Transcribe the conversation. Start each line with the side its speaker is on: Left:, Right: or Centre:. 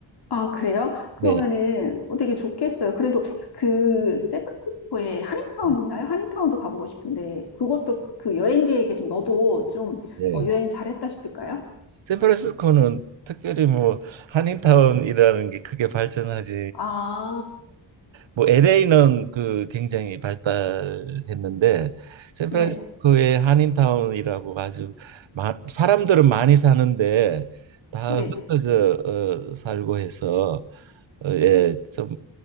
Left: 아, 그래요?
Right: 네.
Left: 그러면은 어떻게 좋겠어요. 그래도 그 샌프란시스코에 한인타운
Right: 네.
Left: 있나요? 한인타운도 가보고 싶은데 그것도 그 여행 계획에 좀 넣어도 좀
Right: 예.
Left: 어, 여행 잘했다 싶을까요?
Right: 샌프란시스코는 특별히 뭐 한인타운이라는 게 크게 발전하지
Left: 아,
Right: 뭐 LA는 그 굉장히 발달했는데 샌프란시스코의
Left: 네,
Right: 한인타운이라고 아주 마, 사람들은 많이 사는데 다
Left: 네,
Right: 흩어져 어, 살고 해서 어, 예, 좀